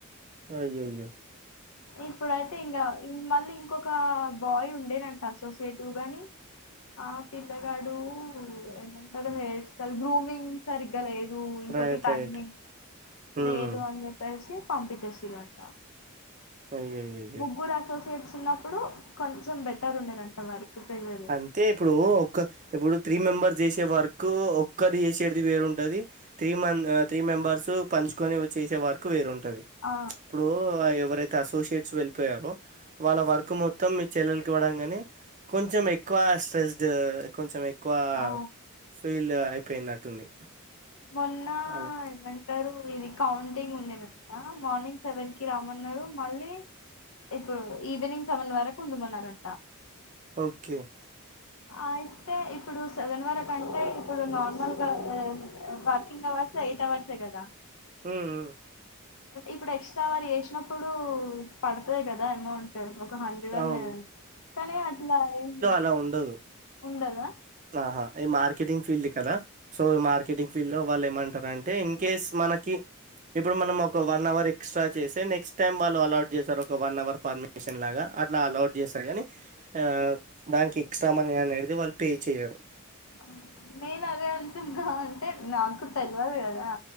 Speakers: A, on the right (about 35°); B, on the left (about 70°).
A: అయ్యయ్యో
B: ఇప్పుడైతే ఇంగ మళ్ళీ ఇంకొక బాయ్ ఉండేనంట అసోసియేటివ్ గాని ఆ పిల్లగాడు ఏమంత హేర్ స్టైల్ గ్రూమింగ్ సరిగ్గా లేదు ఇంకోటి
A: రైట్ రైట్
B: టైమింగ్
A: హ్మ్
B: లేదుఅంది ప్పేసి పంపిచేసిరంట
A: అయ్యయ్యో
B: ముగ్గురు అసోసియేట్స్ ఉన్నప్పుడు కొంచెం బెటర్ ఉండేనంట వర్క్ ప్రెజర్
A: అంతే ఇప్పుడు ఒక్క ఇప్పుడు త్రీ మెంబర్స్ చేసే వర్క్ ఒక్కరు చేసేది వేరుంటది తీమన్ ఆ తీమెంబర్స్ పంచుకొని వ్ చేసే వర్క్ వేరుంటది
B: ఆ
A: ఇప్పుడు అ ఎవరైతే అసోసియేట్స్ వెళ్ళిపోయారో వాళ్ళ వర్క్ మొత్తం మీ చెల్లెలకి ఇవ్వడం గనీ కొంచెం ఎక్కువ స్ట్రెస్డ్ కొంచెం ఎక్కువ
B: ఆ
A: ఫీలు అయ్ పెయినట్టుంది
B: మొన్న
A: అల
B: ఐమంటారు ఇది కౌంటింగ్ ఉండెనంట మార్నింగ్ సెవెన్ కి రమ్మన్నారు మళ్ళీ ఇప్పుడు ఈవినింగ్ సెవెన్ వరకు వుండుమన్నారంట
A: ఓకే
B: అయితే ఇప్పుడు సెవెన్ వర కంటే ఇప్పుడు నార్మల్గా ఇ వర్కింగ్ అవర్ సెయిట్ అవర్సే గదా
A: ఉమ్
B: ఇప్పుడు ఎక్స్ట్రా అవరు చేసినప్పుడు పడతది గదా ఎమౌ ంట్ ఒక హండ్రెడ్ అన్న
A: అవును
B: గన్ కానీ అట్లా ఏం లె
A: అ ఉండదు
B: ఉండదా
A: ఆహా ఏ మార్కెటింగ్ ఫీల్డ్ కదా సో ఇ మార్కెటింగ్ ఫీల్డ్ లో వాళ్ ఏమంటరంటే ఇన్ కేస్ మనకి ఇప్పుడు మనం ఒక వన్ అవర్ ఎక్స్ట్రా చేసె నెక్స్ట్ టైమ్ వాళ్ళు అలాట్ చేశారు ఒక వన్ అవర్ పర్మిషన్ లాగా అట్లా అలౌడ్ జేస్తరు కనీ ఆ దానిక్ ఎక్స్ట్రా మనీ అనేడిది వాళ్ళు పే చేయరు
B: అ నేను అదే అంటున్నా అంటే నాకు తెలవదు గదా